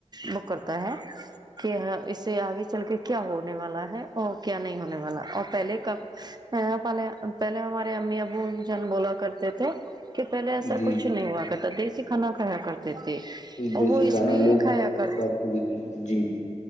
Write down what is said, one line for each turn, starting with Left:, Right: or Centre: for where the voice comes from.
Right: وہ کرتا ہے کہ اس سے آگے چل کے کیا ہونے والا ہے اور کیا نہیں ہونے والا اور پہلے کا پہلے پہلے ہمارے امی ابو جان بولا کرتے تھے کہ پہلے ایسا
Left: جی
Right: کچھ نہیں ہوا کرتا دیسی کھانا کھایا کرتے تھے اور
Left: دیسی
Right: وہ اس
Left: کھانا
Right: لیے
Left: لوگوار
Right: کھایا کر
Left: بھی ت جی